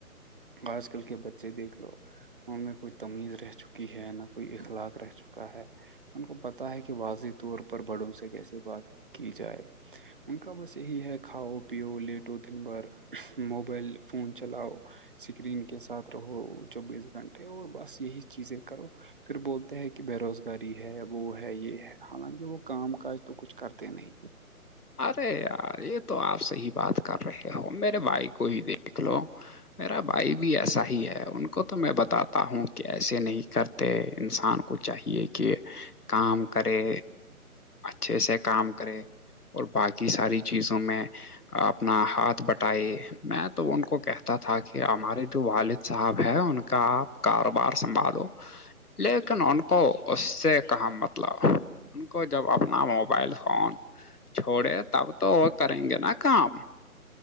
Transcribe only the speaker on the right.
آج کل کے بچے دیکھ لو ان میں کوئی تمیز رہ چکی ہے نہ کوئی اخلاق رہ چکا ہے ان کو پتاہ ہے کہ واضح طور پر بڑوں سے کیسی بات کی جائے ان کا بس یہی ہے کھاؤ پ پیو لیٹو دن بار موبائل فون چلاؤ سکرین کے ساتھ رہو چوبیس گھنٹے اور بس یہی چیزیں کرو پھر بولتے ہیں کہ بے روزگاری ہے وہ ہے یہ ہے حالانکہ وہ کام کاج تو کچھ کرتے نہیں